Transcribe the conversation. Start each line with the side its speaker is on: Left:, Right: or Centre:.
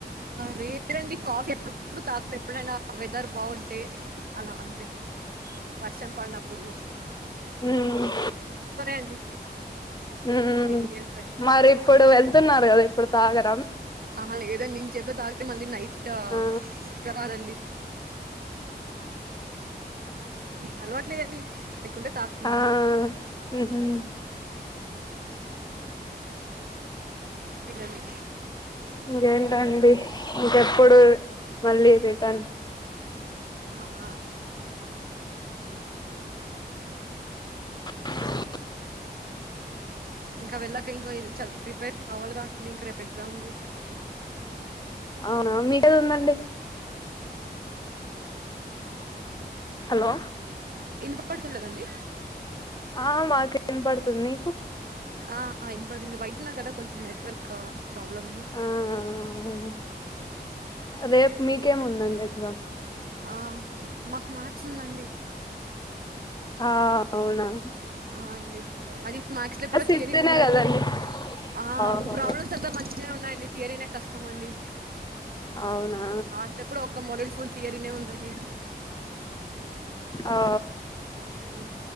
Right: లేేరండి కాఫీ అప్పుడప్పుడు తాగుతా ఎప్పుడైనా వెదర్ బాగుంటే <inaudible> అలా అంతే వర్షం పడిన ఇప్పుడు
Left: ఉమ్
Right: అండి
Left: ఉమ్
Right: బయటికి వెళ్తే
Left: మరి ఇప్పుడు వెళ్తున్నారు కదా ఇప్పుడు తాగర
Right: అహ లేదండి ఇం సేపులో తాగితే మళ్ళీ నైట్ తో
Left: ఆ
Right: నిద్ర రాదండి అలవాట్లేదండి లేకుంటే తాకుతుంది
Left: ఆ ఉహు
Right: ఏంటండి
Left: ఇంగెంటండి ఇంకెప్పుడు మళ్ళీ రిటన్
Right: ఆహా,
Left: <unintelligible>
Right: ఇంకా వెళ్ళక ఇంకా ప్రిపేర్ అవాలిగా ఉండి ఇంకా రేపు ఎగ్జామ్ ఉంది
Left: అవునా మీకేదో ఉందండి హలో
Right: వినపడుటలేదాండి
Left: ఆ మాకు ఇనపడుతుంది మీకు
Right: ఆ వినపడుతుంది బయటున్న కదా కొంచెం నెట్వర్కా ప్రాబ్లమ్ ఉంది
Left: ఆ అవునా రేపు మీకేమి ఉందండి ఎగ్జామ్
Right: ఆ మాకు మ్యాథ్స్ ఉందండి
Left: ఆ అవునా
Right: ఆ అండి అది మ్యాథ్స్ లో కూడా థియరీ
Left: ఈజీనే
Right: ఉందండి
Left: కదండి
Right: ఆ
Left: ఓహో
Right: ప్రాబ్లమ్స్ అంతా మంచిగానే ఉన్నాయండి ఏరైనా కష్ టమండి
Left: అవునా
Right: దాంట్లో కూడా ఒక్క మోడుల్ ఫుల్ థియరీనే ఉందండి.
Left: ఆ
Right: ఉమ్,